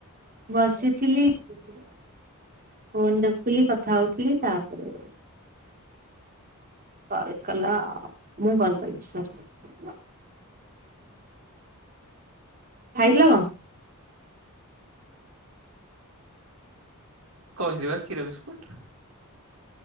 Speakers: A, on the right (about 40°); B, on the right (about 65°).
A: ବସିଥିଲି। ଫୋନ ଦେଖୁଥିଲି କଥା ହଉଥିଲି ତାପରେ, କଲ୍ କଲ ମୁଁ କଲ କରିଚି ସରି। ଖାଇଥିଲ କଣ?
B: କହିଲିବା କ୍ଷୀର ବିସ୍କୁଟ।